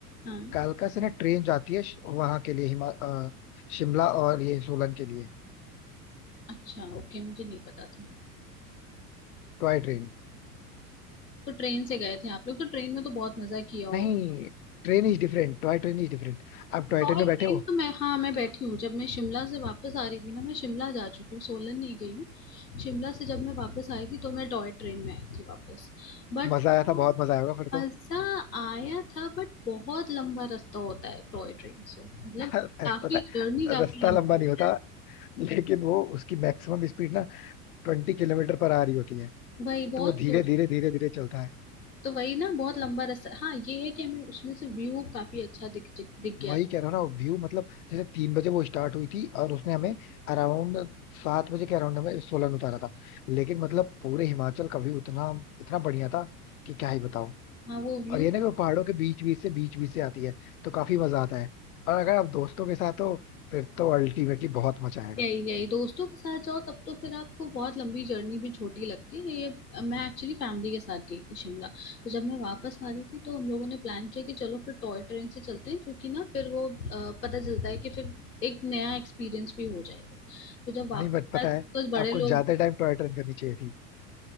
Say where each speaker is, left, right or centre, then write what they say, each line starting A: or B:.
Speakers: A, on the left; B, on the left.
A: हाँ
B: कालका से ना ट्रेन जाती है श- वहां के लिए हिमा अ, शिमला और ये सोलन के लिए
A: अच्छा ओके मुझे नहीं पता था
B: Toy train
A: तो ट्रेन से गए थे आप लोग तो ट्रेन में तो बहुत मजा किया हो
B: नहीं train is different toy train is different आप टॉय
A: टॉय
B: ट्रेन में
A: ट्रेन
B: बैठे हो
A: तो मैं हाँ मैं बैठी हूँ जब मैं शिमला से वापस आ रही थी ना मैं शिमला जा चुकी हूँ सोलन नहीं गई हूँ शिमला से जब मैं वापस आई थी तो मैं टॉय ट्रेन में आई थी वापस बट
B: मजा आया
A: वो
B: था बहुत मजा आया होगा फिर तो
A: मजा आया था बट बहुत लंबा रास्ता होता है टॉय ट्रेन से मतलब
B: <laughs> यार अरे
A: काफी
B: पता
A: जर्नी
B: है
A: काफी
B: रास्ता
A: लंबी
B: लंबा नहीं
A: हो जाती
B: होता लेकिन वो उसकी मैक्सिमम स्पीड ना ट्वेंटी किलोमीटर पर आ रही होती है
A: है वही बहुत
B: तो वो धीरे
A: तो,
B: धीरे धीरे धीरे चलता है
A: तो वही ना बहुत लंबा रास्ता हाँ ये है कि हमें उसमें से व्यू काफी अच्छा दिख दिख गया
B: वही कह रहा हूँ ना व्यू मतलब जैसे तीन बजे वो स्टार्ट हुई थी और उसने हमें अराउंड सात बजे के अराउंड हमें सोलन उतारा था लेकिन मतलब पूरे हिमाचल का व्यू इतना इतना बढ़िया था कि क्या ही बताऊं
A: हाँ वो व्यू
B: और ये ना कि वो पहाड़ों के बीच बीच से बीच बीच से आती है तो काफी मजा आता है और अगर आप दोस्तों के साथ हो फिर तो अल्टीमेटली बहुत मजा आएगा
A: यही यही दोस्तों के साथ जाओ तब तो फिर आपको बहुत लंबी जर्नी भी छोटी लगती है ये मैं एक्चुअली फैमिली के साथ गई थी शिमला तो जब मैं वापस आ रही थी तो हम लोगों ने प्लान किया कि चलो फिर टॉय ट्रेन से चलते हैं क्योंकि ना फिर वो अ, पता चलता है कि फिर एक नया एक्सपीरियंस भी हो जाएगा तो जब वापस
B: नहीं बट पता
A: आए तो
B: है
A: बस बड़े
B: आपको
A: लोग
B: ज्यादा टाइम टॉय ट्रेन करनी चाहिए थी